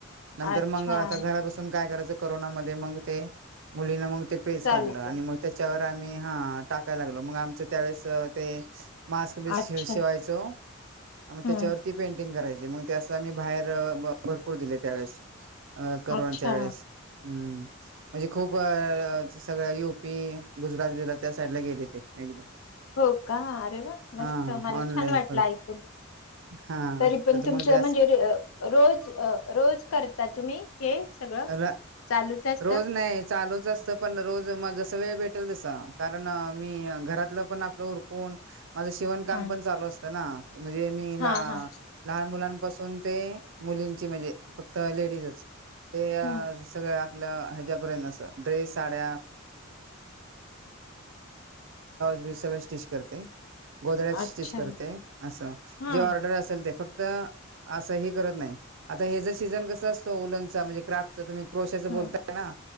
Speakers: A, on the right; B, on the left.
A: नंतर
B: अच्छा
A: मग आता घराातसून काय कराय करोना मध्ये मग ते मुलीना ते पेज
B: चालेल
A: काढलं आणि मग त्याच्यावर आम्ही हा टाकायला लागलो मग आमचं त्यावेळेस ते मास्क बिस्क
B: अच्छा
A: शिवायचो मग
B: हम्म
A: त्याच्यावरती पेंट कराय मग ते असं बाहेर भरपूर दिले त्यावेळेस अ करोनाच्या
B: अच्छा
A: वेळेस हम्म म्हणजे, खूप सगळ्या यग ी गुजरात बुजरात त्या साईड ला गेले ते एकदा
B: हो का अरे वा मस्त
A: हा
B: मला
A: ऑनलाईन
B: छान वाटलं
A: कर
B: ऐकून.
A: हा
B: तरी पण
A: तर
B: तुमच
A: मग जास
B: म्हणजे रोज रोज करता तुम्ही हे. सगळं
A: अ
B: चालूच असत
A: रोज नाही चालूच असतं पण रोज मग जस वेळ भेटेल तस. कारण मी घरातलं पण आपलं उरकून माझं शीवण काम
B: हा
A: पण चालू असतं ना. म्हणजे मी
B: हा
A: ला
B: हा
A: लहान मुलांपासून. ते मुलींची म्हणजे फक्त लेडीजच ते
B: हं,
A: सगळ. ह ्रेसड ब सगळ स्टिच करते गोधड्या स्टिच
B: अच्छा
A: करते, अस
B: हा
A: जे ऑर्डर असेल ते फक्त आता असं हे करत नाही, आता हेचा सीझन कस असतो ऊलंनचा म्हणजे क्राफ्टचा तुम्ही. क्रोशाचं
B: हं,
A: बोलताय ना